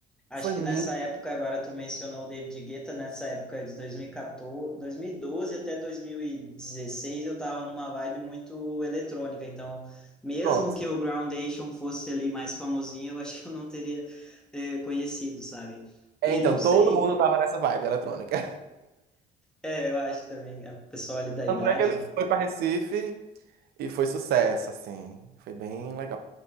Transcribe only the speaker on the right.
foi
muito.
Pronto.
É,
então
todo mundo tava nessa vibe eletrônica.
Tanto
é que ele
foi pra Recife e foi sucesso, assim. Foi bem legal.